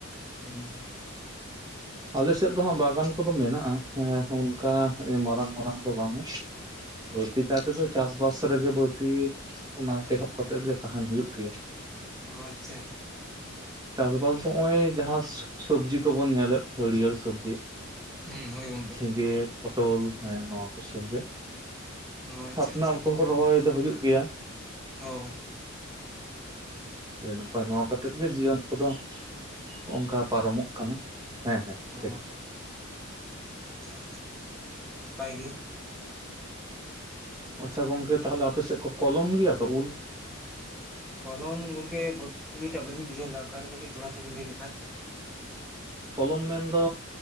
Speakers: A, in the centre; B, on the right.
A: ᱦᱮᱸ
B: ᱟᱞᱮ ᱥᱮᱫ ᱫᱚ ᱦᱜ ᱵᱟᱜᱟᱱ ᱠᱚᱫᱚ ᱢᱮᱱᱟᱜᱼᱟ, ᱮ ᱚᱱᱠᱟ ᱢᱟᱨᱟᱝ ᱢᱟᱨᱟᱝ ᱫᱚ ᱵᱟᱝᱼᱟ᱾
A: <inaudible>
B: ᱵᱟᱹᱲᱛᱤ ᱠᱟᱭ ᱛᱮᱫᱚ ᱪᱟᱥ ᱵᱟᱥ ᱨᱮ ᱜᱮ ᱵᱟᱹᱲᱛᱤ ᱚᱱᱟ ᱛᱮᱦᱚᱵ ᱠᱟᱛᱮᱫ ᱜᱮ ᱛᱟᱦᱮᱱ ᱦᱩᱭᱩᱜ ᱜᱮᱭᱟ᱾
A: ᱚ ᱟᱪᱪᱷᱟ
B: ᱪᱟᱥ ᱵᱟᱥ ᱫᱚ ᱱᱚᱜᱼᱚᱭ ᱡᱟᱦᱟᱸ ᱥᱚᱵᱡᱤ ᱠᱚᱵᱚᱱ ᱧᱮᱞᱮᱫ ᱦᱟᱹᱨᱭᱟᱹᱲ ᱥᱚᱵᱡᱤ᱾
A: ᱦᱩᱸ ᱦᱳᱭ ᱜᱚᱝᱠᱮ
B: ᱡᱷᱤᱸᱜᱟᱹ ᱯᱚᱴᱚᱞ ᱦᱮᱸ ᱱᱚᱣᱟ ᱠᱚ ᱥᱚᱵ ᱜᱮ᱾
A: ᱚ ᱟᱪᱪᱷᱟ
B: ᱟᱯᱱᱟᱨ
A: ᱟᱪᱪᱷᱟ
B: ᱠᱚ ᱦᱚᱸ ᱨᱚᱦᱚᱭ ᱫᱚ ᱦᱩᱭᱩᱜ ᱜᱮᱭᱟ᱾
A: ᱚ
B: ᱟᱹᱰᱤ ᱱᱟᱯᱟᱭ ᱱᱚᱣᱟ ᱠᱟᱛᱮ ᱜᱮ ᱡᱤᱭᱚᱱ ᱠᱚᱫᱚ, ᱱᱚᱝᱠᱟ ᱯᱟᱨᱚ ᱢᱚᱜ ᱠᱟᱱᱟ ᱦᱮᱸ ᱦᱮᱸ
A: ᱚ
B: ᱴᱷᱤᱠ ᱴᱷᱤᱠ᱾
A: ᱟᱪᱪᱷᱟ ᱟᱪᱪᱷᱟ ᱱᱟᱯᱟᱭ ᱜᱮ᱾
B: ᱟᱪᱪᱷᱟ ᱜᱚᱝᱠᱮ ᱛᱟᱦᱚ ᱞᱮ ᱟᱯᱮ ᱥᱮᱫ ᱠᱚ ᱠᱚᱞᱚᱢ ᱜᱮᱭᱟ ᱠᱚ ᱩᱞ?
A: ᱠᱚᱞᱚᱢ ᱜᱚᱝᱠᱮ <unintelligible> ᱴᱟᱜ ᱵᱟᱹᱞᱤᱧ ᱵᱩᱡᱷᱟᱹᱣ ᱞᱮᱫ ᱟᱨ ᱠᱟᱹᱴᱤᱡ ᱫᱚᱦᱲᱟ ᱛᱮᱵᱮᱱ ᱞᱟᱹᱭ ᱞᱮᱠᱷᱟᱡ᱾
B: ᱠᱚᱞᱚᱢ ᱢᱮᱱᱫᱚ